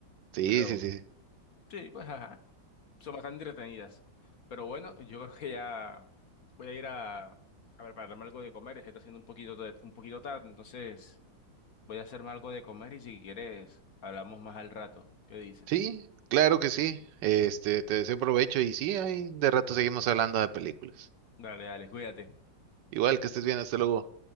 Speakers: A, on the right (about 75°); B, on the left (about 55°).
A: Sí,
B: Pero
A: sí, sí.
B: sí, pues ajá, son bastante entretenidas. Pero bueno, yo creo que ya voy a ir a, a prepararme algo de comer. Se está haciendo un poquito, de- un poquito tarde, entonces voy a hacerme algo de comer y si quieres hablamos más al rato. ¿Qué dices?
A: Sí, claro que sí. Este, te deseo provecho y sí, ahí de rato seguimos hablando de películas.
B: Dale, dale, cuídate.
A: Igual que estés bien, hasta luego.